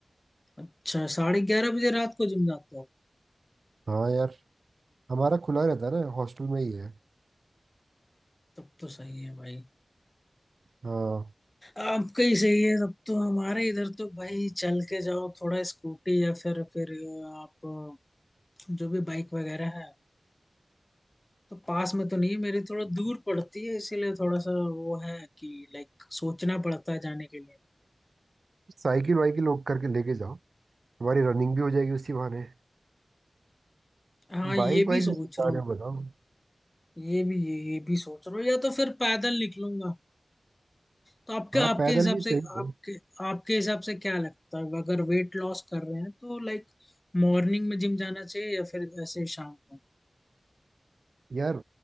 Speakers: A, on the left; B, on the right.
A: अच्छा साढ़े ग्यारह बजे रात को जिम जाते हो
B: हाँ यार हमारा खुला रहता है ना हॉस्टल में ही है
A: तब तो सही है भाई
B: हाँ
A: आपका ही सही है तब तो हमारे इधर तो भाई चल के जाओ थोड़ा स्कूटी या फिर फिर आप जो भी बाइक वगैरह है तो पास में तो नहीं है मेरी थोड़ा दूर पड़ती है इसीलिए थोड़ा सा वो है कि लाइक सोचना पड़ता है जाने के लिए
B: साइकिल वाइकिल लोग करके लेके जाओ हमारी रनिंग भी हो जाएगी उसी बहाने
A: हाँ ये
B: बाइक वाइक
A: भी सोच
B: लेके जा
A: रहा
B: रहे
A: हूँ
B: हो बताओ
A: ये भी ये, ये भी सोच रहा हूँ या तो फिर पैदल निकलूंगा तो आपके
B: हाँ
A: आपके
B: पैदल
A: हिसाब
B: भी
A: से
B: सही
A: आपके
B: है
A: आपके हिसाब से क्या लगता है अगर वेट लॉस कर रहे हैं तो लाइक मॉर्निंग में जिम जाना चाहिए या फिर ऐसे शाम को
B: यार